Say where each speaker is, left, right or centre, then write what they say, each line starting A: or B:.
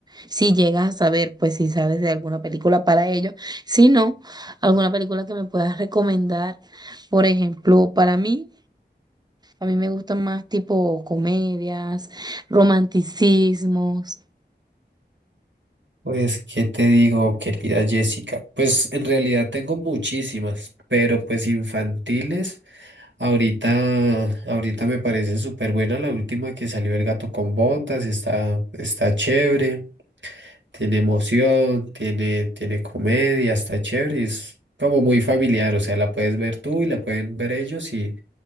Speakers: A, on the right; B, on the right.
A: Si llegas a saber, pues si sabes de alguna película para ellos. Si no, alguna película que me puedas recomendar, por ejemplo, para mí. A mí me gustan más tipo comedias, romanticismos.
B: Pues, ¿qué te digo, querida Jessica? Pues en realidad tengo muchísimas, pero pues infantiles. Ahorita, ahorita me parece súper buena la última que salió El gato con botas, está, está chévere, tiene emoción, tiene, tiene comedia, está chévere, es como muy familiar, o sea, la puedes ver tú y la pueden ver ellos y,